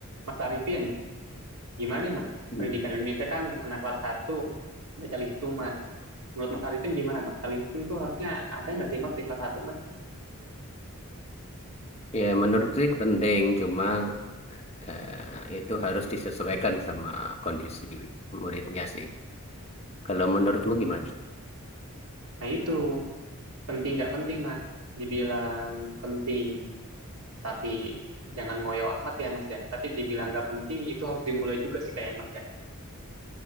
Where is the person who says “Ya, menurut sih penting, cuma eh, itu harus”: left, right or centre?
Left